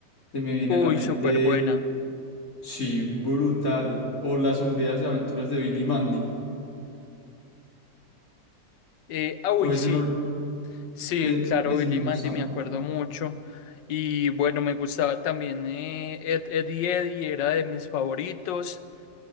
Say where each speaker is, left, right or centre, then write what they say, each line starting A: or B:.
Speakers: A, on the left; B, on the left.
A: se me viene
B: Uy,
A: a la mente...
B: súper buena.
A: Sí, brutal. O Las sombrías aventuras de Billy y Mandy.
B: Eh, ah, uy,
A: O
B: sí,
A: ese no,
B: sí,
A: e-
B: claro,
A: ese
B: Billy
A: me
B: y
A: gustaba
B: Mandy me
A: mucho.
B: acuerdo mucho. Y bueno, me gustaba también eh, Ed, Edd y Eddie, era de mis favoritos.